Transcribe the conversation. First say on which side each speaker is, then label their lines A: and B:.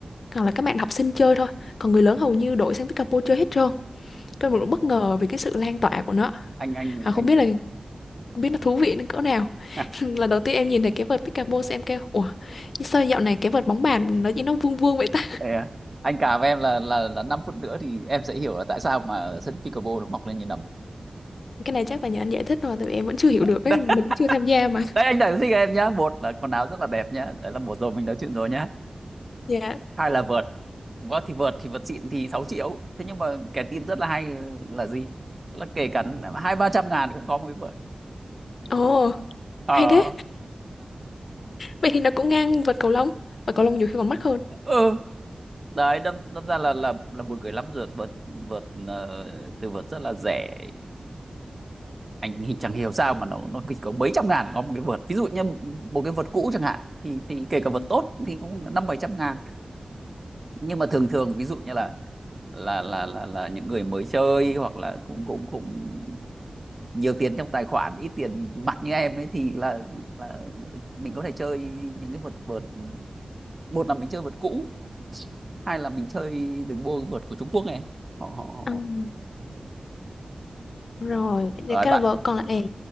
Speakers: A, on the left; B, on the right.
A: hoặc là các bạn học sinh chơi thôi còn người lớn hầu như đổi sang Bicabo chơi hết trơn tôi mình cũng bất ngờ về cái sự lan tỏa của nó
B: anh anh
A: à, không
B: anh
A: biết là không biết nó thú vị đến cỡ nào
B: <laughs>
A: <laughs> lần đầu tiên em nhìn thấy cái vợt Bicabo em kêu ủa sao dạo này cái vợt bóng bàn nó chỉ nó vuông vuông vậy ta
B: Thế à? anh cả với em là là là năm phút nữa thì em sẽ hiểu là tại sao mà ở sân pickleball nó mọc lên như nấm.
A: cái này chắc là nhờ anh giải thích rồi tại vì em vẫn chưa hiểu được
B: <laughs> Đấy,
A: ấy mình cũng chưa tham gia mà
B: đấy anh đã sinh em nhá. Một là quần áo rất là đẹp nhá. Đấy là một rồi mình nói chuyện rồi nhá.
A: dạ
B: Hai là vợt. Có thì vợt thì vợt xịn thì 6 triệu. Thế nhưng mà cái tin rất là hay là gì? Là kể cả <laughs> hai ba trăm ngàn cũng có một cái vợt.
A: ồ
B: ờ
A: hay thế vậy thì nó cũng ngang vợt cầu lông và cầu lông nhiều khi còn mắc hơn
B: ừ đấy đâm đâm ra là là là buồn cười lắm vượt vượt vượt ờ, từ vượt rất là rẻ anh thì chẳng hiểu sao mà nó nó chỉ có mấy trăm ngàn có một cái vợt ví dụ như một cái vợt cũ chẳng hạn thì thì kể cả vợt
A: Ừ.
B: tốt thì cũng năm bảy trăm ngàn nhưng mà thường thường ví dụ như là là là là là những người mới chơi hoặc là cũng cũng cũng nhiều tiền trong tài khoản ít tiền mặt như em ấy thì là là mình có thể chơi những cái vợt vợt một là mình chơi vợt cũ hay là mình chơi mình mua cái vợt của Trung Quốc này họ họ
A: Ừm,
B: họ
A: rồi vậy
B: ấy
A: thì cái
B: bạn
A: là vợ còn lại